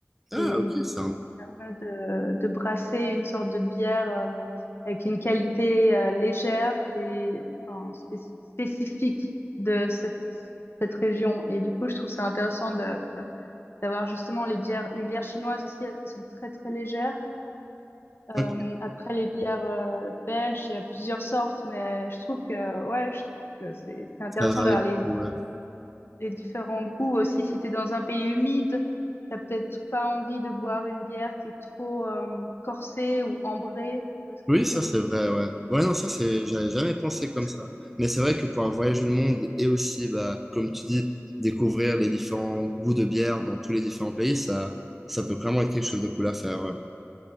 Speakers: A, in the centre; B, on the left (about 55°).
A: Ah
B: Et
A: ok,
B: du
A: simple.
B: coup, ça permet de, de brasser une sorte de bière euh, avec une qualité euh, légère et enfin, spéc- spécifique de cette, cette région. Et du coup, je trouve ça intéressant de, d'avoir justement les bières, les bières chinoises aussi, elles sont très très légères.
A: Ok,
B: Euh, après, les bières euh, belges, il y a plusieurs sortes, mais je trouve que, ouais, je trouve que c'est c'est intéressant
A: ça varie
B: d'avoir les,
A: beaucoup. ouais.
B: les différents goûts aussi. Si t'es dans un pays humide, t'as peut-être pas envie de boire une bière qui est trop euh, corsée ou ambrée. Tu vois ce que
A: Oui,
B: je
A: ça
B: veux dire?
A: c'est vrai, ouais. Ouais, non, ça c'est, j'avais jamais pensé comme
B: Parce
A: ça.
B: que-
A: Mais c'est vrai que pouvoir voyager le monde et aussi, bah, comme tu dis, découvrir les différents goûts de bière dans tous les différents pays, ça, ça peut clairement être quelque chose de cool à faire, ouais.